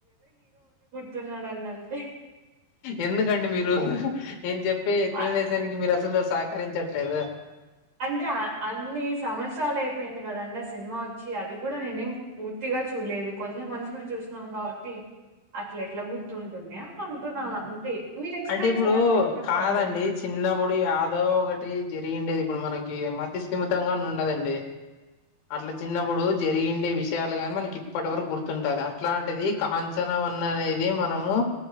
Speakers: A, on the right (about 40°); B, on the left (about 75°).
A: టున్నడనన్
B: ఎందుకండి మీరు నేను చెప్పే ఎక్ప్స్లనేషన్
A: ఆ
B: దానికి మీరు అసలు సహకరించట్లేదు
A: అంటే అన్ని సంవత్సరాలు అయిపోయింది కదండి ఆ సినిమా వచ్చి అది గూడా నేనేం పూర్తి పూర్తిగా చూడలేదు కొంచెం కొంచమే చూసిన్నాం గాబట్టి అట్ల ఎట్లా గుర్తుంటున్నాయా అంటున్నా అంతే మీరు ఎక్స్ప్లెయిన్
B: అంటే ఇప్పుడు
A: చేయండి చెప్పండి
B: కాదండి చిన్నప్పుడు ఏదో ఒకటి జరిగిండేది ఇప్పుడు మనకి మతిస్థిమితంగా ఉండదండి అట్ల చిన్నప్పుడు జరిగిండే విషయాలు గాని మనకి ఇప్పటి వరకు గుర్తుంటది అట్లాంటిది కాంచనా వన్ అనేది మనము